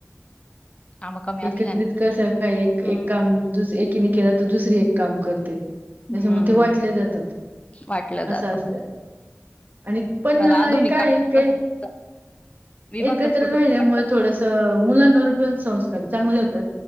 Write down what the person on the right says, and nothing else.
एकत्रित कसं काय एक
एक काम दु एकीने केलं तर, दुसरी एक काम करते. त्याच्यामुळं
ते वाटल्या जातात,
असं
असतंय. आणि पण
अ
हे काय
के
एकत्र
राहिल्यामुळे
थोडसं मुलांवर पण संस् कार चांगले होतात,